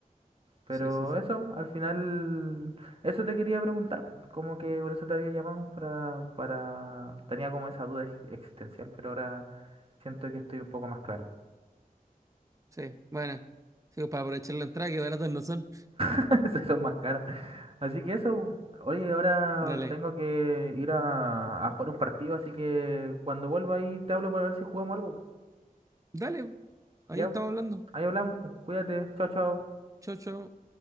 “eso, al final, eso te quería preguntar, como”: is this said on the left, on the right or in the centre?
Right